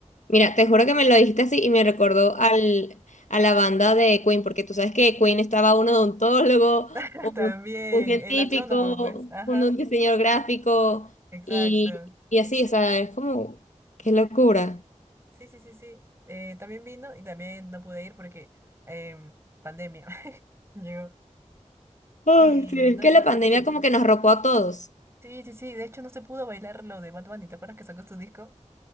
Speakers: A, on the left; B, on the right.
A: Mira, te juro que me lo dijiste así y me recordó al, a la banda de Queen, porque tú sabes que Queen estaba un odontólogo,
B: <laughs>
A: un,
B: También,
A: un científico,
B: el astrónomo, pues, ajá,
A: un diseñador gráfico
B: exacto.
A: y, y así, o sea, es como, qué locura.
B: Sí, sí, sí, sí. Eh, también vino y también no pude ir porque em, pandemia <laughs> llegó
A: Ay,
B: y
A: sí, es
B: no
A: que
B: se pudieron
A: la pandemia
B: presentar.
A: como que nos ropó a todos.
B: Sí, sí, sí, de hecho no se pudo bailar lo de Bad Bunny, ¿te acuerdas que sacó su disco?